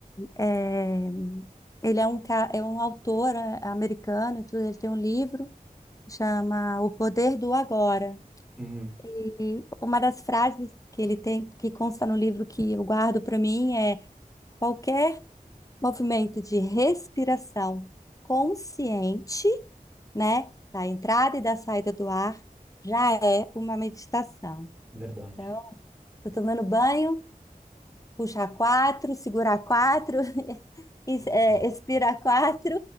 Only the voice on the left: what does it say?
É, ele é um, ca- é um autor é, americano e tudo, ele tem um livro que chama O Poder do Agora.
E uma das frases que ele tem, que consta no livro que eu guardo para mim é qualquer movimento de respiração consciente, né, da entrada e da saída do ar, já é uma meditação.
Então, tô tomando banho, puxar quatro, segurar quatro <laughs> e,
é, expira <laughs> quatro,